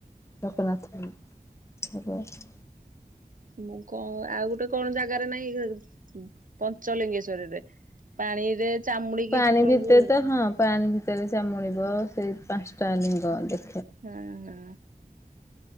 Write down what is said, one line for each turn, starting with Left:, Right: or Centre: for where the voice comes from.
Left: ଲୋକନାଥ <unintelligible> ଲୋକନାଥ
Right: ମୁଁ କଣ ଆଉ ଗୋଟେ କଣ ଜାଗାରେ ନାହିଁ ପଞ୍ଚଲିଙ୍ଗେଶ୍ଵରରେ ପାଣିରେ ଚାମୁଡିକି
Left: ପାଣି
Right: ଠାକୁରଙ୍କୁ
Left: ଭିତରେ ତ ହଁ ପାଣି ଭିତରେ ଚାମୁଡିବ ସେଇ ପାଞ୍ଚଟା ଲିଙ୍ଗ ଦେଖ
Right: ହୁଁ, ହୁଁ।